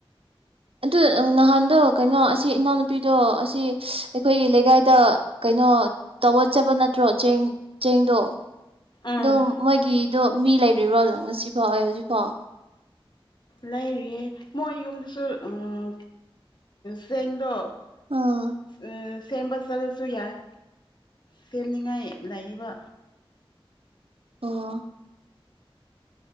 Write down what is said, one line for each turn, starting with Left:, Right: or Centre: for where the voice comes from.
Right: ꯑꯗꯨ ꯅꯍꯥꯟꯗꯣ ꯀꯩꯅꯣ ꯑꯁꯤ ꯏꯅꯥꯎꯅꯨꯄꯤꯗꯣ ꯑꯁꯤ ꯑꯩꯈꯣꯏꯒꯤ ꯂꯩꯀꯥꯏꯗ ꯀꯩꯅꯣ ꯇꯧꯒꯆꯕ ꯅꯠꯇ꯭ꯔꯣ ꯆꯦꯡ ꯆꯦꯡꯗꯣ
Left: ꯎꯝ
Right: ꯑꯗꯣ ꯃꯣꯏꯒꯤꯗꯣ ꯃꯤ ꯂꯩꯔꯤꯕ꯭ꯔꯣ ꯉꯁꯤ ꯐꯥꯎ ꯑꯩ ꯍꯧꯖꯤꯛꯐꯥꯎ
Left: ꯂꯩꯔꯤꯌꯦ ꯃꯣꯏ ꯌꯨꯝꯗꯁꯨ ꯑꯥ ꯆꯦꯡꯗꯣ
Right: ꯑꯥ
Left: ꯑ ꯁꯦꯝꯕ ꯆꯔ ꯁꯨ ꯌꯥꯏ ꯁꯦꯝꯅꯤꯉꯥꯏ ꯂꯩꯕ
Right: ꯑꯣ